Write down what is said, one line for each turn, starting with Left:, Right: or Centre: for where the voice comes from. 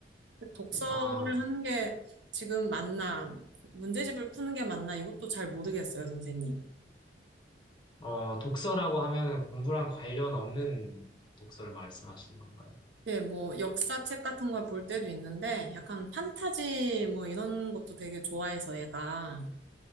Right: 독서를
Left: 아.
Right: 하는 게 지금 맞나 문제집을 푸는 게 맞나 이것도 잘 모르겠어요, 선생님.
Left: 어, 독서라고 하면은 공부랑 관련 없는 독서를 말씀하시는 건가요?
Right: 예, 뭐 역사책 같은 걸 볼 때도 있는데 약간 판타지 뭐 이런 것도 되게 좋아해서 얘가